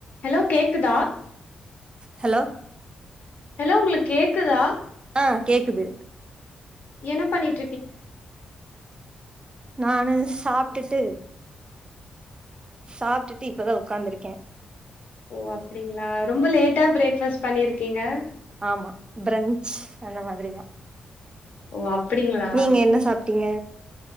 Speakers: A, on the left; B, on the right.
A: hello கேக்குதா
B: hello
A: hello உங்களுக் கேக்குதா
B: ஆஹ் கேக்குது
A: என்ன பண்ணிட்
B: நானு சாப்டுட்டு சாப்டுட்டு இப்பதா ஒக்காந்துருக்கே
A: ஓ அப்டிங்ளா ரொம்ப லேட்டா பிரேக் ஃபஸ்ட் பண்ணிருக்கீங்க
B: ஆமா ப்ரெஞ்ச் அந்த மாதிரிதா
A: ஓ அப்டிங்களா
B: நீங்க என்ன சாப்ட்டீங்க